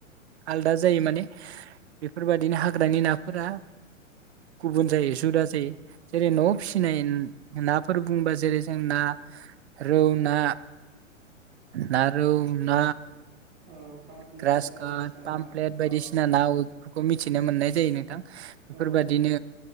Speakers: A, on the right; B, on the right.
A: आलदा जायो माने बेफोरबादिनो हाग्रानि नाफोरा गुबुन जायो जदा जायो। जेरै न'आव फिसिनाय नाफोर बुंबा जेरै जों ना, रौ ना ना रौ ना
B: औ पामप्लेट
A: ग्रास
B: बायदिसिना
A: काट, पामप्लेट
B: ना औ
A: बायदिसिना नाफोरखौ मिथिनो मोननाय जायो नोंथां। बेफोरबादिनो
B: औ